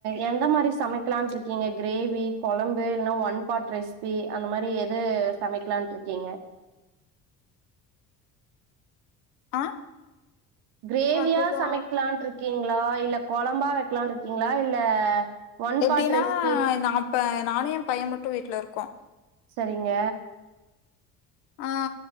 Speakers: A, on the right (about 55°); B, on the left (about 60°).
A: எந்த மாரி சமைக்லான்ட்டு இருக்கீங்க கிரேவி கொழம்பு இல்லனா ஒன் பாட் ரைஸ் வி அந்த மாரி எது சமைக்லான்ட்டுருக்கீங்க
B: ஆ
A: கிரேவியா
B: அதுவா
A: சமைக்கலானுட்ருக்கீங்ளா இல்ல கொழம்பா வைக்கலானுட்ருக்கீங்ளா இல்ல ஒன்
B: எப்டின்னா
A: பாட் ரெசிபி
B: நா இப்ப நானு எ பைய மட்டு வீட்ல இருக்கோ
A: சரிங்க
B: ஆ